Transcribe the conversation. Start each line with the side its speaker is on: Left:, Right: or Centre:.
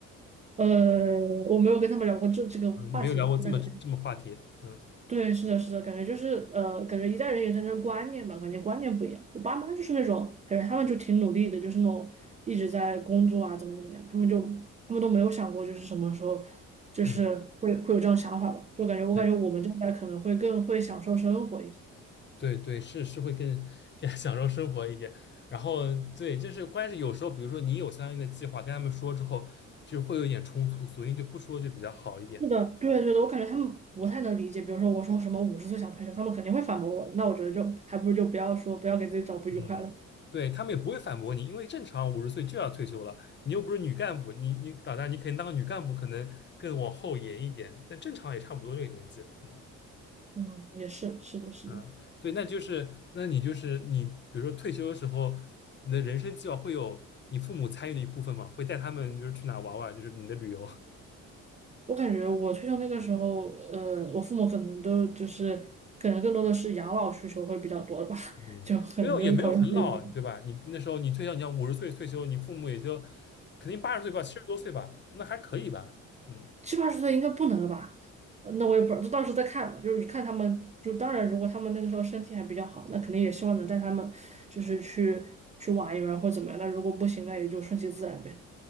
Right: 呃，我没有跟他们聊过这这个话题呢。
Left: 嗯，没有聊过这么这么话题。
Right: 我感觉，
Left: 嗯
Right: 对，是的，是的，感觉就是呃，感觉一代人有一代人的观念吧，感觉观念不一样。我爸妈就是那种感觉，他们就挺努力的，就是那种一直在工作啊，怎么怎么样，他们就他们都没有想过就是什么时候就是会会有这种想法吧。
Left: 嗯，
Right: 就感觉我感觉我们这一代可能会更会享受生活一些。
Left: 对对对，是是会更更享受生活一点。然后对，就是关键是有时候，比如说你有相应的计划，跟他们说之后，就会有一点冲突，索性就不说就比较好一点。
Right: 是的，对对的，我感觉他们不太能理解。比如说我说什么五十岁想退休，他们肯定会反驳我的。那我觉得就还不如就不要说，不要给自己找不愉快了。
Left: 嗯，对，他们也不会反驳你，因为正常五十岁就要退休了，你又不是女干部，你你打算你肯定当个女干部可能更往后延一点，但正常也差不多这个年纪，嗯
Right: 嗯，也是，是的，是的。
Left: 嗯，对，那就是那你就是你，比如说退休的时候，你的人生计划会有你父母参与的一部分嘛，会带他们就是去哪玩玩，就是你的旅游，<laughs>
Right: 我感觉我退休那个时候，呃，我父母可能都就是可能更多的是养老需求会比较多的吧，<laughs>
Left: 嗯，
Right: 就可能就是考虑己养老。
Left: 没有也没有很老，对吧？你那时候你退休，你要五十岁退休，你父母也就肯定八十岁吧，七十多岁吧，那还可以吧，嗯
Right: 七八十岁应该不能了吧？呃那我也不知道，就到时候再看吧。就是看他们，就当然如果他们那个时候身体还比较好，那肯定也希望能带他们就是去去玩一玩或怎么样。那如果不行，那也就顺其自然呗。